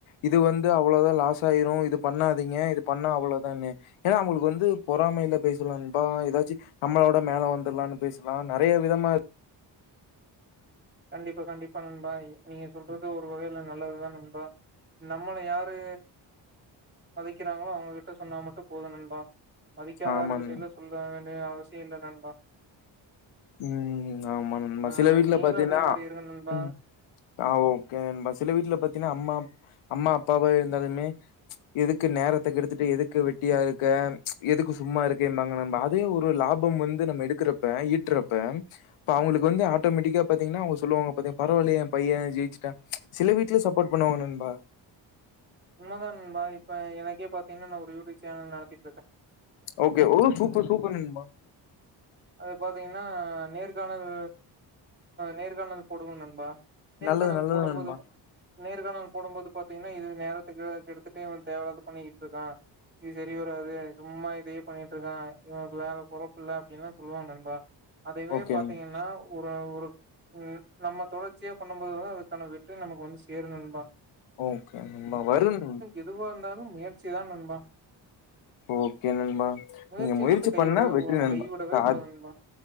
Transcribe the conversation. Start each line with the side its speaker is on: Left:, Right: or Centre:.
Left: இது வந்து அவ்ளவுதா லாஸ் ஆயிரு இது பண்ணாதீங்க இது பண்ணா அவ்ளோ தானு ஏன்னா அவுங்களுக்கு வந்து பொறாமைல பேசலா நண்பா ஏதாச்சு நம்மள விட மேல வந்துடலான்னு பேசலா நறைய விதமாருக்
Right: கண்டிப்பா கண்டிப்பா நண்பா நீங்க சொல்றது ஒரு வகைல நல்லதுதா நண்பா நம்மள யாரு வதைக்கிறாங்களோ அவுங்ககிட்ட சொன்னா மட்டு போது நண்பா மதிக்காத
Left: ஆமா
Right: ஆள் கிட்ட
Left: நண்
Right: எல்லா சொல்ல வேண்டிய அவசியோ இல்ல நண்பா
Left: ம் ஆமா நண்பா
Right: ஆ
Left: சில வீட்ல
Right: நீங்களு
Left: பாத்தீன்னா
Right: அதே மாரி இருங்க நண்பா
Left: ம் ஆ ஓகே நண்பா சில வீட்ல பாத்தீங்கன்னா அம்மா அம்மா அப்பாவா இருந்தாலுமே எதுக்கு நேரத்த கெடுத்துட்டு எதுக்கு வெட்டியா இருக்க எதுக்கு சும்மா இருக்க என்பாங்க ந அதே ஒரு லாப பம் வந்து நம்ம எடுக்கறப்ப ஈட்றப்ப இப்ப அவுங்க வந்து ஆட்டோமேட்டிக்கா பாத்தீங்கன்னா அவுங்க சொல்லுவாங்க பாத்தீங்க பரவாலயெ எ பைய ஜெயிச்சிட்டா சில வீட்ல சப்போர்ட் பண்ணுவாங்க நண்பா
Right: உண்மதா நண்பா இப்ப எனக்கே பாத்தீங்கன்னா நா ஒரு யூ டியூப் சேனல் நடத்த
Left: ஓகே ஒ சூப்பர் சூப்பர் நண்பா
Right: அது பாத்தீங்கன்னா நேர்காணல் நேர்காணல் போடுவோ நண்பா நேர்காணல்
Left: நல்லது நல்லது
Right: போடும்போது
Left: நண்பா
Right: நேர்காணல் போடும்போது பாத்தீங்கன்னா இது நேரத்துக்கு கெடுத்துட்ட இவ தேவல்லாது பண்ணிட்ருக்கா இது செரி வராது சும்மா இதயே பண்ணிட்ருக்கா இவனுக்கெல்லா வேல பொழப்பு இல்ல அப்டின்னுல்லா சொல்லுவாங்க நண்பா அதய்வே
Left: ஓகே
Right: பாத்தீங்கன்னா
Left: நண்பா
Right: ஒரு ஒரு ம் நம்ம தொடர்ச்சியா பண்ணு போது வந்து அதுக்கான வெற்றி நமக்கு வந்து சேரு நண்பா
Left: ஓகே நம்ம வரும்
Right: எதுவாருந்தாலும் முயற்சி தா நண்பா
Left: ஓகே நண்பா
Right: முயற்சிய
Left: நீங்க முயற்சி
Right: மட்டு கைவிடவே
Left: பண்ணா வெற்றி
Right: கூ-
Left: நண்பா
Right: கைவிடவே
Left: காது
Right: கூடாது நண்பா